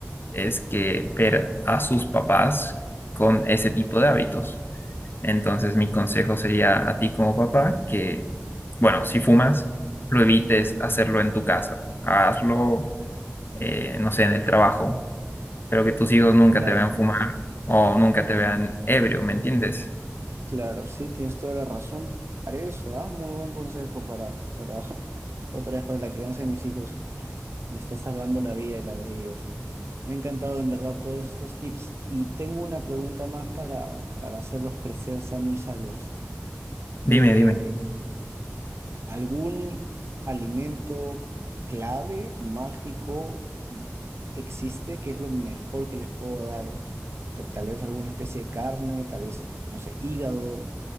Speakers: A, on the left; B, on the right.
A: es que ver a sus papás con ese tipo de hábitos. Entonces, mi consejo sería a ti como papá que, bueno, si fumas, lo evites hacerlo en tu casa, hazlo, eh, no sé, en el trabajo pero que tus hijos nunca
B: Claro,
A: te vean fumar o nunca te vean ebrio, ¿me entiendes?
B: claro, sí, tienes toda la razón. Haré eso, ¿ah? Muy buen consejo para, para <laughs> otra vez para la crianza de mis hijos. Me está salvando la vida y la de ellos. Me ha encantado en verdad todos estos tips. Y tengo una pregunta más para, para hacerlos crecer sanos y salvos.
A: Dime,
B: Eh,
A: dime.
B: ¿algún alimento clave, mágico, mm, existe que es lo mejor que les puedo dar? Ta- Tal vez alguna especie de carne, tal vez, no sé, hígado.